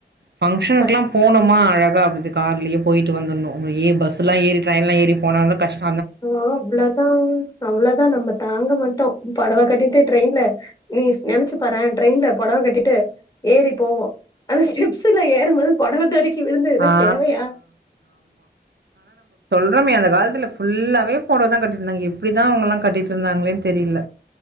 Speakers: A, on the right; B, on the left.
A: ஃபங்க்ஷனுக்லா
B: ஃபர்ஸ்ட்
A: போணொமா அழகா அந்து கார்லயே போயிட்டு வந்துனு ஏய் பஸ்லா ஏறி ட்ரைன்லா ஏறி போனான கஷ்ட்
B: ஆஹ் அவ்ளோ தா அவளோதா நம்ம தாங்க மட்டோ போடவா கட்டிடு ட்ரெயின்ல நீஸ் நெனைச்சு பாறே ட்ரெயின்ல போடவ கட்டிடு ஏறி போவோ ஆ ஸ்டெப்ஸுல்ல ஏறும்போது போடவா தடிக்கி விழுந்து இதல்லா
A: ஆ
B: தேவையா
A: சிவமி அந்த காலத்துல ஃபுல்லாவே போடவதா கட்டிடு இருந்தாங்க எப்டிதா அவுங்கலா கட்டிடு இருந்தாங்களே தெரில